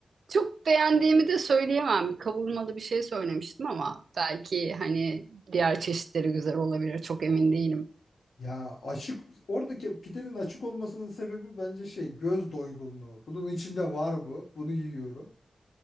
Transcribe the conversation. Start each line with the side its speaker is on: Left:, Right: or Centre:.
Right: Çok beğendiğimi de söyleyemem. Bir Kavurmalı bir şey söylemiştim ama belki hani diğer çeşitleri güzel olabilir. Çok emin değilim.
Left: Ya açık oradaki pidenin açık olmasının sebebi bence şey göz doygunluğu. Bunun içinde var bu. Bunu yiyorum.